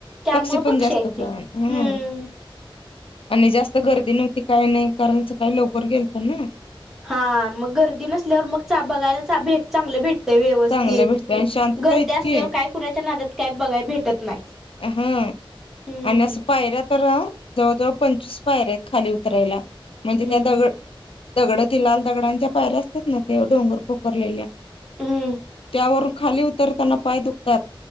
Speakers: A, in the centre; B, on the left.
A: त्यामुळं
B: पक्षी पण जास्त
A: आहे
B: प्रमाण
A: ते
B: ह.
A: हम्म
B: आणि जास्त गर्दी नव्हती काही नाही कारणच काही लवकर गेल तर ना.
A: हा मग गर्दी नसल्यावर मग हा बघायला हा भेट चांगले भेट व्यवस्थित
B: चांगलं भेटत आणि शांतता
A: गर्दी
B: इतकी
A: असल्यावर काय कुणाच्या नादात काय बघाय भेटत नाही.
B: हा
A: हम्म
B: आणिस पायऱ्या तर जवळजवळ पंचवीस पायऱ्या आहेत खाली उतरायला म्हणजे
A: हम्म
B: त्या दगड
A: हम्म
B: दगड त लाल दगडांच्या पायर असतात ना ते डोंगर पोखरलेल्या
A: हम्म
B: त्यावरून खाली उतरताना पाय दुखतात.